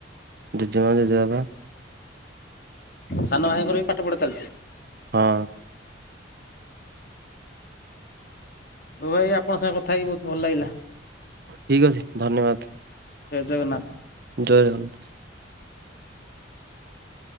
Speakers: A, on the right (about 55°); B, on the left (about 50°).
A: ଜେଜେମା ଜେଜେବାପା।
B: ସାନ ଭାଇଙ୍କର ବି ପାଠ ପଢା ଚାଲିଛି।
A: ହଁ।
B: ହଉ ଭାଇ ଆପଣଙ୍କ ସାଙ୍ଗ କଥା ହେଇକି ବହୁତ ଭଲ ଲାଗିଲା।
A: ଠିକ ଅଛି ଧନ୍ୟବାଦ।
B: ଜୟ ଜଗନ୍ନାଥ।
A: ଜୟ ଜଗନ୍ନାଥ।
B: <unintelligible>